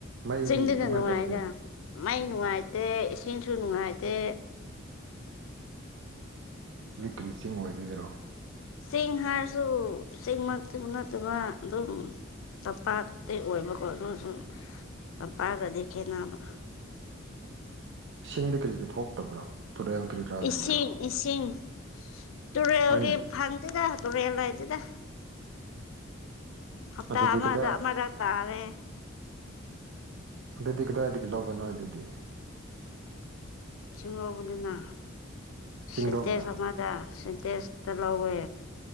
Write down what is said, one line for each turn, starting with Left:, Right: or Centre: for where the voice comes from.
Right: ꯃꯩꯗꯤ
Left: ꯆꯤꯡꯗꯅ
Right: ꯀꯃꯥꯏꯅ
Left: ꯅꯨꯡꯉꯥꯏꯗ
Right: ꯇꯧꯒꯦ
Left: ꯃꯩ ꯅꯨꯡꯉꯥꯏꯇꯦ ꯏꯁꯤꯡꯁꯨ ꯅꯨꯡꯉꯥꯏꯇꯦ
Right: ꯀ꯭ꯔꯤꯁꯤꯡ ꯑꯣꯏꯗꯣꯏꯔꯣ
Left: ꯆꯁꯤꯡ ꯍꯥꯏꯔꯁꯨ ꯆꯁꯤꯡꯃꯛꯇꯕ ꯅꯠꯇꯕ ꯑꯗꯨꯝ ꯇꯝꯄꯥꯛꯇꯤ ꯑꯣꯏꯕꯀꯣ ꯑꯗꯨꯁꯨꯨꯝ ꯇꯝꯄꯥꯛꯒꯗꯤ ꯈꯦꯠꯅꯕ <inaudible>
Right: ꯁꯤꯡꯗꯤ ꯀꯔꯤꯒꯤ ꯊꯣꯛꯇꯕ꯭ꯔꯣ ꯇꯨꯔꯦꯜ ꯀꯔꯤ ꯀꯔꯥ ꯂꯩꯕ꯭ꯔꯣ
Left: ꯏꯁꯤꯡ ꯏꯁꯤꯡ ꯇꯨꯔꯦꯜꯒꯤ
Right: ꯍꯣꯏꯅꯦ
Left: ꯐꯪꯗꯦꯗ ꯇꯨꯔꯦꯂ ꯍꯥꯏꯗꯗ ꯍꯞꯇꯥ
Right: ꯑꯗꯨꯗꯤ
Left: ꯑꯃꯗ
Right: ꯀꯗꯥꯏ
Left: ꯑꯃꯗꯛ ꯇꯥꯔꯦ
Right: ꯑꯗꯨꯗꯤ ꯀꯗꯥꯏꯗꯒꯤ ꯂꯒꯅꯣ ꯑꯗꯨꯗꯤ
Left: ꯏꯁꯤꯡ ꯂꯧꯕꯅꯤꯅ
Right: ꯆꯤꯡꯔꯣꯝꯗ
Left: ꯁꯤꯦꯟꯇꯦ ꯑꯃꯗ ꯇꯦꯁꯇ ꯂꯧꯧꯕꯦ